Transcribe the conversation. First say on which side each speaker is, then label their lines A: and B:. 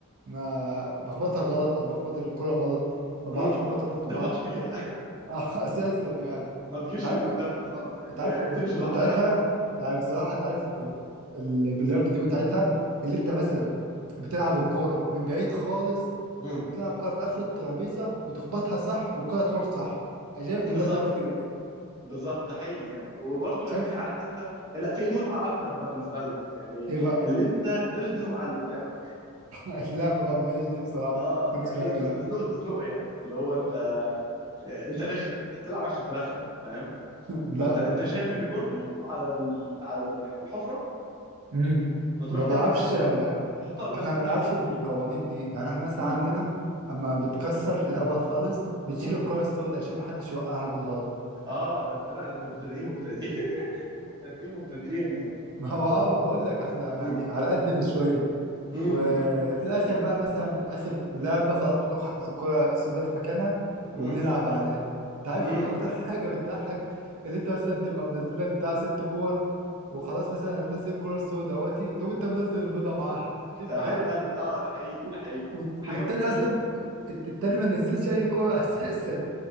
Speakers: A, on the right; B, on the right.
A: ما بخبطها غلط او بخبط الكرة غلط ما بعرفش
B: امم
A: اخبطهم
B: ما بت- ما
A: في
B: بتخبطش
A: بعض
B: فيها
A: <laughs> آه اساسا يعني
B: <laughs> ما بتجيبش
A: انت عارف
B: في اللي قدامها خالص يعني
A: انت عارف
B: هي بتمشي
A: مت- متعتها
B: لوحدها
A: يعني بصراحه انت عارف ال- باللاود دي متعتها اللي انت مثلا بتلعب الكوره من بعيد خالص
B: امم
A: وبتلعب كوره في اخر الترابيزه وتخبطها صح والكوره تروح صح انا شايف
B: بالظبط
A: متعتها في كده
B: بالظبط ده حقيقي يعني وبرضه
A: شايف
B: يعني عارف انت لا في متعه اكتر بقى بالنسبه لنا يعني
A: ايه بقى
B: اللي انت تزنق على اللي قدامك
A: <laughs> لا ما بعملهاش دي بصراحه
B: اه
A: كنتش
B: لا تزنق
A: بعملها
B: تزنق تزنق يعني اللي هو انت آه، انت رخم انت بتلعب عشان ترخم فاهم
A: <laughs> لا
B: فانت انت
A: ما
B: شايف ان كورته على ال- على الح- الحفره
A: امم
B: فتروح
A: ما
B: تلعب
A: بعرفش
B: كوره تحطها قدامها
A: احنا ما بنلعبش
B: <laughs>
A: بالقوانين دي يعني احنا مثلا
B: امم
A: عندنا اما بتكسر في الاول خالص بتشيل
B: امم
A: الكره السوداء عشان ما حدش يوقعها بالغلط
B: اه ده انتوا لا ده انتوا مبتدئين مبتدئين <laughs> مبتدئين مبتدئين يعني
A: ما هو اه ما بقول لك احنا
B: امم
A: يعني على قدنا شويه
B: امم
A: وفي الاخر بقى مثلا اخر لعبه خلاص بتقوم حاطط الكره السوداء في مكانها
B: امم
A: وبنلعب عليها انت عارف
B: امم
A: اكتر <laughs> حاجه بتضحك ان انت مثلا تبقى منزل لك بتاع ست كور وخلاص مثلا هتنزل الكره السوداء اهوتي تقوم انت منزل البيضه معاها دي
B: يا
A: بجد
B: حبيب قلبي اه ده حقيقي
A: و...
B: ده حقيقي
A: و...
B: حاجه
A: والتاني
B: مستفزه
A: اصلا الت- التاني ما نزلش اي كره <laughs> اساسا